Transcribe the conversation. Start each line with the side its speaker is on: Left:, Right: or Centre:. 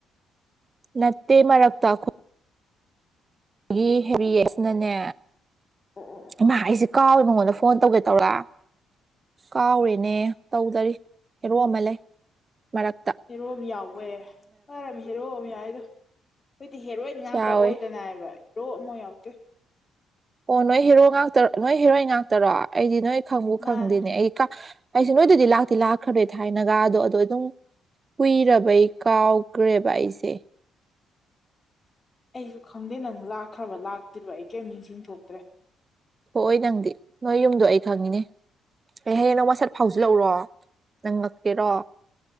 Right: ꯅꯠꯇꯦ ꯃꯔꯔꯛ ꯇꯥꯈ ꯑꯩꯒꯤ ꯍꯦꯔꯤꯌꯦꯁꯅꯅꯦ
Left: ꯑꯣ ꯑꯣ ꯑꯣ
Right: ꯏꯃꯥ ꯑꯩꯖꯦ ꯀꯥꯎꯋꯦ ꯃꯉꯣꯟꯗ ꯐꯣꯟ ꯇꯧꯒꯦ ꯇꯧꯔ ꯀꯥꯎꯔꯦꯅꯦ ꯇꯧꯗꯔꯤ ꯍꯦꯔꯣꯛ ꯑꯃ ꯂꯩ ꯃꯔꯛ
Left: ꯍꯦꯔꯣ ꯑꯃ ꯌꯥꯎꯋꯦ ꯐꯔꯃꯤ ꯍꯦꯔꯣ ꯑꯃ ꯌꯥꯏꯗꯣ ꯑꯩꯣꯏꯗꯤ ꯍꯦꯔꯣꯏ ꯉꯥꯛꯇ
Right: ꯌꯥꯎꯋꯦ
Left: ꯑꯣꯏꯗꯅꯕ ꯏꯔꯣꯛ ꯑꯃꯥꯎ ꯌꯥꯎꯗꯦ
Right: ꯑꯣ ꯅꯣꯏ ꯍꯦꯔꯣ ꯉꯥꯛꯇ ꯅꯣꯏ ꯍꯦꯔꯣꯏ ꯉꯥꯛꯇꯔꯣ ꯑꯩꯗꯤ ꯅꯣꯏ ꯈꯪꯕꯨ
Left: ꯃꯥꯅꯦ
Right: ꯈꯪꯗꯦꯅꯦ ꯑꯩ ꯑꯩꯁꯦ ꯅꯣꯏꯗꯗꯤ ꯂꯥꯛꯇꯤ ꯂꯥꯛꯈ꯭ꯔꯔꯣꯏ ꯊꯥꯏꯅꯒ ꯑꯗꯣ ꯑꯗꯣ ꯑꯗꯨꯝ ꯀꯨꯏꯔꯕꯩ ꯀꯥꯎꯈ꯭ꯔꯦꯕ ꯑꯩꯁꯦ
Left: ꯑꯩꯁꯨ ꯈꯪꯗꯦ ꯅꯪ ꯂꯥꯛꯈ꯭ꯔꯕ ꯂꯥꯛꯇ꯭ꯔꯤꯕ ꯑꯩ ꯀꯔꯤꯝ ꯅꯤꯡꯁꯤꯡ ꯊꯣꯛꯇ꯭ꯔꯦ
Right: ꯊꯣꯛꯑꯣꯏ ꯅꯪꯗꯤ ꯅꯣꯏ ꯌꯨꯝꯗꯣ ꯑꯩ ꯊꯪꯉꯤꯅꯦ ꯑꯩ ꯍꯌꯦꯡ ꯅꯪ ꯋꯥꯁꯠ ꯐꯥꯎꯁꯨ ꯂꯧꯔꯣ ꯅꯪ ꯉꯛꯀꯦꯔꯣ